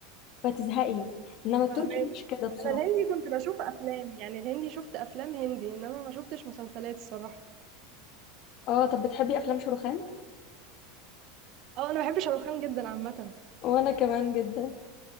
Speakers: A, on the left; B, on the right.
A: فتزهقي انما التركي
B: فاهمك
A: مش كده بصراحة
B: انا الهندي كنت بشوف افلام يعني الهندي شفت افلام هندي انما ما شفتش مسلسلات الصراحه
A: اه طب بتحبي افلام شاروخان
B: اه انا بحب شاروخان جدا عامه
A: وانا كمان جدا